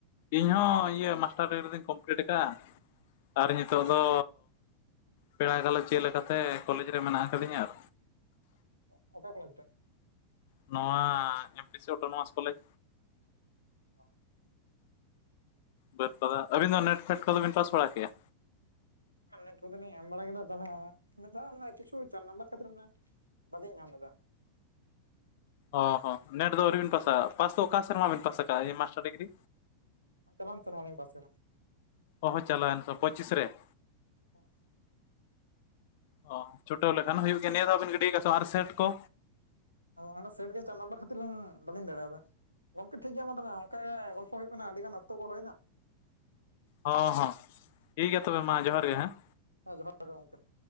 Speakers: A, on the left (about 50°); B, on the right (about 85°).
A: ᱤᱧ ᱦᱚᱸ ᱤᱭᱟᱹ ᱢᱟᱥᱴᱟᱨ ᱰᱤᱜᱽᱨᱤ ᱫᱚᱧ ᱠᱚᱢᱯᱞᱤᱴ ᱟᱠᱟᱫᱼᱟ ᱟᱨ ᱱᱤᱛᱚᱜ ᱫᱚ ᱯᱮᱲᱟ ᱜᱟᱞᱚᱪ ᱪᱮᱫ ᱞᱮᱠᱟᱛᱮ ᱠᱚᱞᱮᱡᱽ ᱨᱮ ᱢᱮᱱᱟᱜ ᱟᱠᱟᱫᱤᱧᱟ ᱾
B: ᱚᱠᱟ ᱠᱚᱞᱮᱡᱽ <unintelligible>
A: ᱱᱚᱣᱟ <unintelligible> ᱚᱴᱳᱱᱳᱢᱟᱥ ᱠᱚᱞᱮᱡᱽ
B: <inaudible>
A: <unintelligible> ᱟᱹᱵᱤᱱ ᱫᱚ ᱱᱮᱴ ᱯᱷᱮᱴ ᱠᱚᱫᱚ ᱵᱤᱱ ᱯᱟᱥ ᱵᱟᱲᱟ ᱠᱮᱭᱟ
B: ᱱᱮᱴ ᱠᱚᱫᱚᱞᱤᱧ ᱮᱢ ᱵᱟᱲᱟ ᱠᱮᱫᱟ ᱛᱟᱦᱚᱞᱮ ᱢᱤᱫ ᱫᱷᱟᱣ ᱚᱱᱟ ᱠᱤᱪᱷᱩ ᱪᱟᱨ ᱱᱟᱢᱵᱟᱨ ᱠᱷᱟᱹᱛᱤᱨ ᱚᱱᱟ ᱵᱟᱞᱤᱧ ᱧᱟᱢ ᱞᱮᱫᱟ
A: ᱚ ᱦᱚᱸ ᱱᱮᱴ ᱫᱚ ᱟᱣᱨᱤᱵᱮᱱ ᱯᱟᱥᱟ ᱯᱟᱥ ᱫᱚ ᱚᱠᱟ ᱥᱮᱨᱢᱟ ᱵᱤᱱ ᱯᱟᱥ ᱟᱠᱟᱫᱼᱟ ᱢᱟᱥᱴᱟᱨ ᱰᱤᱜᱽᱨᱤ
B: ᱪᱟᱞᱟᱣ ᱮᱱ ᱥᱮᱨᱢᱟ ᱞᱤᱧ ᱯᱟᱥ ᱠᱟᱫᱟ
A: ᱚ ᱦᱚᱸ ᱪᱟᱞᱟᱣᱮᱱ ᱮᱱ ᱯᱚᱪᱤᱥ ᱨᱮ ᱾
B: <inaudible>
A: <inaudible> ᱪᱷᱩᱴᱟᱹᱣ ᱞᱮᱠᱷᱟᱱ ᱦᱩᱭᱩᱜ ᱜᱮᱭᱟ ᱱᱤᱭᱟᱹ ᱫᱷᱟᱣᱵᱤᱱ ᱜᱤᱰᱤᱣ ᱠᱟᱣᱼᱟ ᱥᱮ ᱵᱟᱝ ᱥᱮᱴ ᱠᱚ?
B: ᱚᱫᱚ <unintelligible> ᱥᱮᱴ ᱜᱮ ᱪᱟᱨ ᱱᱟᱢᱵᱟᱨ ᱠᱷᱟᱹᱛᱤᱨ ᱟᱞᱤᱧ ᱵᱟᱹᱞᱤᱧ ᱫᱟᱲᱮᱭᱟᱫᱟ ᱾ ᱜᱚᱝᱠᱮ ᱴᱷᱤᱠ ᱜᱮᱭᱟ ᱢᱟ ᱛᱟᱦᱚᱞᱮ ᱚᱱᱠᱟ ᱜᱮ ᱜᱚᱞᱯᱚ ᱦᱩᱭᱩᱜ ᱠᱟᱱᱟ ᱟᱹᱰᱤ ᱜᱟᱱ ᱚᱠᱛᱚ ᱠᱚ ᱦᱩᱭᱮᱱᱟ ᱾
A: ᱦᱚᱸ ᱦᱚᱸ ᱴᱷᱤᱠ ᱜᱮᱭᱟ ᱛᱚᱵᱮ ᱢᱟ ᱡᱚᱦᱟᱨ ᱜᱮ ᱦᱮᱸ ᱾
B: ᱦᱮᱸ ᱡᱚᱦᱟᱨ ᱜᱮ ᱜᱚᱢᱠᱮ ᱾